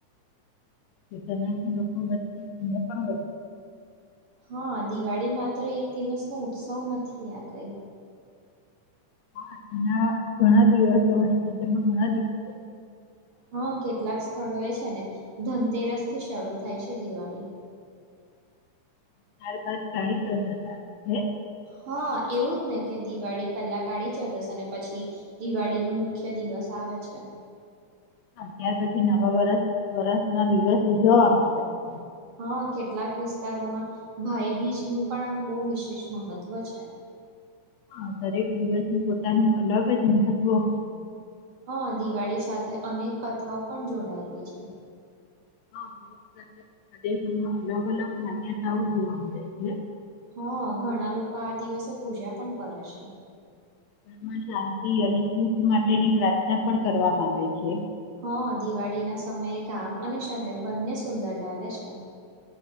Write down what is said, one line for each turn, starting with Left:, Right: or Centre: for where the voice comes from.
Left: તેનાથી લોકો <unintelligible>
Right: હા દિવાળી માત્ર એક દિવસનો ઉત્સવ નથી આ કઈ
Left: હા એના ઘણા દિવસો હોય છે તેમાં ઘણા દિવસો
Right: હા કેટલાક સ્થળો એ છે ને ધનતેરસ થી શરૂ થાય છે દિવાળી <inaudible>
Left: ત્યાર બાદ કાળી ચૌદશ આવે છે.
Right: હા એવું જ ને કે દિવાળી પહેલા કાળી ચૌદસ અને પછી દિવાળી નું મુખ્ય દિવસ આવે છે.
Left: હા ત્યાર પછી નવા વર્ષના દિવસ ઉજવવામાં આવે છે.
Right: હા કેટલાક વિસ્તારોમાં ભાઈબીજ નું પણ આમ બહુ વિશેષ મહત્વ છે.
Left: હા દરેક દિવસનું પોતાનું અલગ જ મહત્વ હોય છે.
Right: હા દિવાળી સાથે અનેક કથાઓ પણ જોડાયેલી છે.
Left: હા પ્રદેશોમાં અલગ અલગ માન્યતાઓ જોવા મળે છે.
Right: હા ઘણા લોકો આ દિવસે પૂજા પણ કરે છે.
Left: ઘરમાં શાંતિ અને સુખ માટેની પ્રાર્થના પણ કરવામાં આવે છે.
Right: હા દિવાળી ના સમયે ગામ અને શહેર બંને સુંદર લાગે છે.